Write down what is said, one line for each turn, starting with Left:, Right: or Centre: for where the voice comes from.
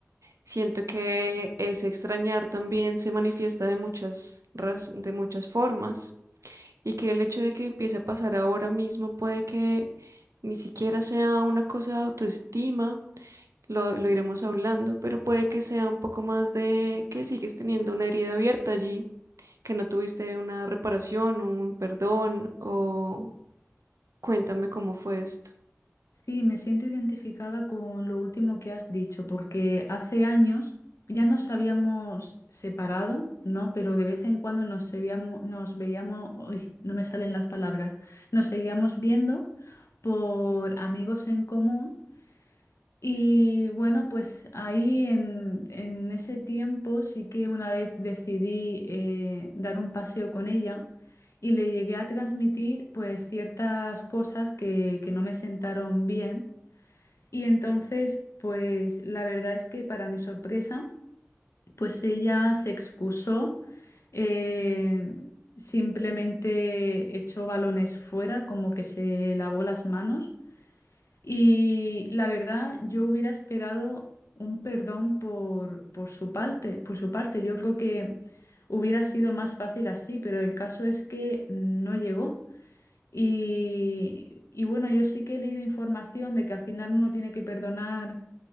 Right: Siento que ese extrañar también se manifiesta de muchas, raz- de muchas formas y que el hecho de que empiece a pasar ahora mismo puede que ni siquiera sea una cosa de autoestima, lo, lo iremos hablando, pero puede que sea un poco más de que sigues teniendo una herida abierta allí, que no tuviste una reparación, un perdón, o cuéntame cómo fue esto.
Left: Sí, me siento identificada con lo último que has dicho, porque hace años ya nos habíamos separado, ¿no? Pero de vez en cuando nos veíamos, nos veíamos, uy, no me salen las palabras, nos seguíamos viendo por amigos en común. Y bueno, pues ahí en, en ese tiempo sí que una vez decidí eh, dar un paseo con ella y le llegué a transmitir pues ciertas cosas que, que no me sentaron bien. Y entonces pues la verdad es que para mi sorpresa pues ella se excusó, eh, simplemente echó balones fuera, como que se lavó las manos. Y la verdad, yo hubiera esperado un perdón por, por su parte, por su parte. Yo creo que hubiera sido más fácil así, pero el caso es que no llegó. Y, y bueno, yo sí que he leído información de que al final uno tiene que perdonar,